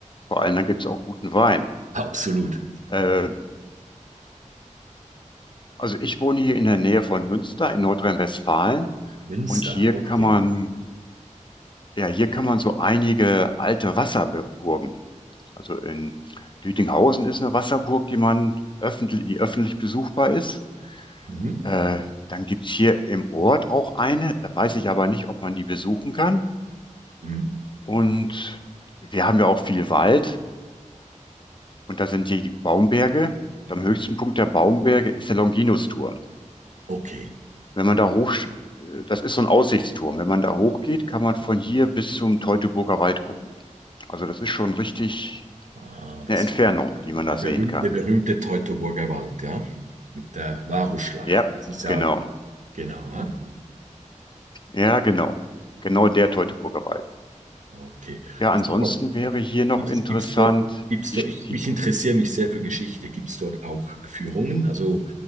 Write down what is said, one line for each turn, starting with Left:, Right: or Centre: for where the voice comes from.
Left: Vor allem, dann gibt's auch guten Wein.
Right: absolut.
Left: Äh, also ich wohne hier in der Nähe von Münster in Nordrhein-Westfalen
Right: Münster,
Left: und hier
Right: okay.
Left: kann man, ja, hier kann man so einige alte Wasserburgen Also in Lüdinghausen ist eine Wasserburg, die man öffentlich, die öffentlich besuchbar ist.
Right: Mhm.
Left: Äh, dann gibt es hier im Ort auch eine, da weiß ich aber nicht, ob man die besuchen kann.
Right: Mhm.
Left: Und wir haben ja auch viel Wald und da sind hier die Baumberge. Und am höchsten Punkt der Baumberge ist der Longinusturm.
Right: Okay.
Left: Wenn man da hoch, äh, das ist so ein Aussichtsturm. Wenn man da hochgeht, kann man von hier bis zum Teutoburger Wald gucken. Also das ist schon richtig
Right: Ah, das
Left: eine Entfernung,
Right: ist der
Left: die man da
Right: der
Left: sehen
Right: berühmte,
Left: kann.
Right: der berühmte Teutoburger Wald, ja? Mit der Varusschlacht.
Left: Ja,
Right: Das ist ja,
Left: genau.
Right: genau, ja?
Left: Ja, genau. Genau der Teutoburger Wald.
Right: Okay.
Left: Ja,
Right: Und
Left: ansonsten
Right: sag mal,
Left: wäre hier noch
Right: Gibt's,
Left: interessant,
Right: gibt's dort, gibt's dort,
Left: die,
Right: ich,
Left: die,
Right: ich interessiere mich sehr für Geschichte. Gibt es dort auch Führungen? Also